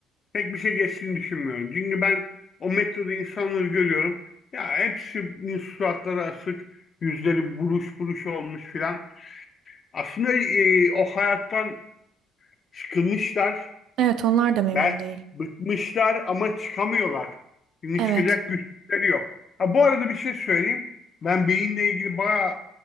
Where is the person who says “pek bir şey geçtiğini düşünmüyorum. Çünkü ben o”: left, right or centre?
Left